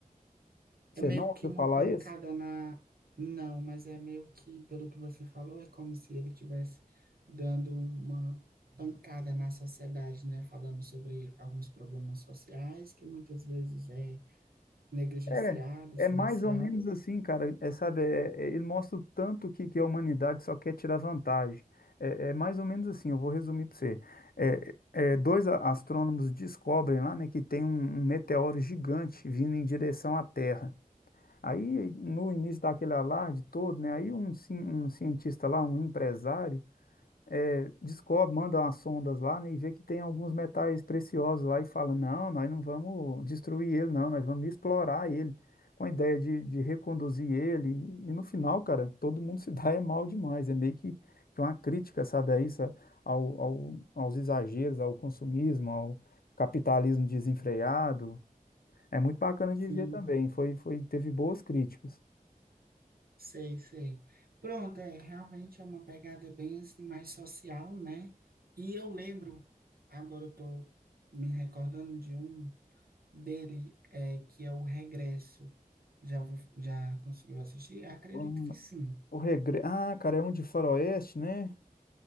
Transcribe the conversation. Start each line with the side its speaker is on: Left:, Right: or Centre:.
Left: Você
Right: É meio
Left: não ouviu
Right: que uma
Left: falar
Right: pancada
Left: esse?
Right: na. Não, mas é meio que, pelo que você falou, é como se ele tivesse dando uma pancada na sociedade, né? Falando sobre alguns problemas sociais que muitas vezes é negligenciado,
Left: É,
Right: silenciado.
Left: é mais ou menos assim, cara. É, sabe, é- é- ele mostra o tanto que, que a humanidade só quer tirar vantagem. É, é mais ou menos assim, eu vou resumir para você. É, é, dois a- astrônomos descobrem lá, né, que tem um, um meteoro gigante vindo em direção à Terra. Aí, no início daquele alarde todo, né, aí um, ci- um cientista lá, um empresário, é, descobre, manda umas sondas lá, né, e vê que tem alguns metais preciosos lá e fala, não, nós não vamos destruir ele, não, nós vamos explorar ele, com a ideia de, de reconduzir ele. E no final, cara, todo mundo se <laughs> dá é mal demais, é meio que, que uma crítica, sabe, a isso, a- ao, ao- aos exageros, ao consumismo, ao capitalismo desenfreado. É muito bacana
Right: Sim,
Left: de ver também, foi, foi, teve boas críticas.
Right: sei, sei. Pronto, é realmente é uma pegada bem assim mais social, né? E eu lembro, agora eu tô me recordando de um. dele, é, que é o Regresso. Já, ouviu- já conseguiu assistir? Acredito
Left: Hum,
Right: que sim.
Left: O regre... Ah, cara, é um de faroeste, né?